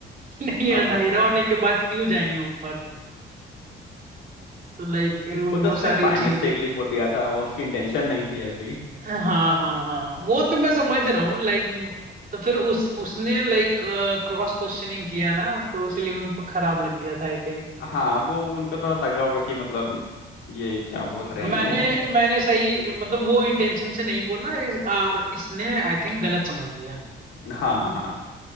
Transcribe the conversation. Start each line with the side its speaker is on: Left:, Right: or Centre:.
Right: कि नहीं
Left: हाँ
Right: अंधेरा होने के बाद क्यों जाएंगे ऊपर तो लाइक वो
Left: वो तो उसने
Right: सारी
Left: बाय
Right: चीजें
Left: मिस्टेकली बोल दिया था वो उसकी इंटेंशन नहीं थी ऐसी
Right: हाँ हाँ हाँ वो तो मैं समझ रहा हूँ लाइक तो फिर उस उसने लाइक क्रॉस क्वेश्चनिंग किया ना तो इसलिए उनको खराब लग गया था आई थिंक
Left: हाँ वो उनको थोड़ा लगा होगा कि मतलब ये क्या बोल रहे
Right: मैंने
Left: हैं
Right: मैंने सही मतलब वो इंटेंशन से नहीं बोला इस, और इसने आई थिंक गलत समझ लिया
Left: हाँ हाँ